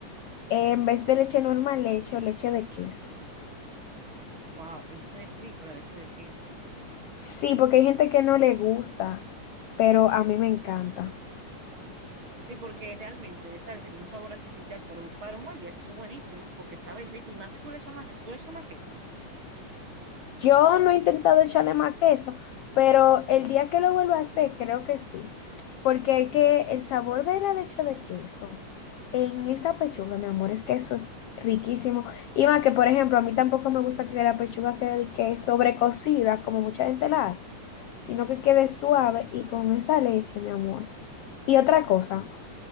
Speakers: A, on the left; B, on the right.
A: eh, en vez de leche normal, le echo leche de queso.
B: Wow, eso es rico, la leche de queso.
A: Sí, porque hay gente que no le gusta, pero a mí me encanta.
B: Sí, porque realmente esa leche tiene un sabor artificial, pero para un mal día eso es buenísimo, porque sabe rico y más si tú le echas más queso, tú le echas más queso.
A: Yo no he intentado echarle más queso, pero el día que lo vuelva a hacer, creo que sí. Porque es que el sabor de la leche de queso en esa pechuga, mi amor, es que eso es riquísimo. Y más que, por ejemplo, a mí tampoco me gusta que la pechuga quede que sobrecocida, como mucha gente la hace, sino que quede suave y con esa leche, mi amor. Y otra cosa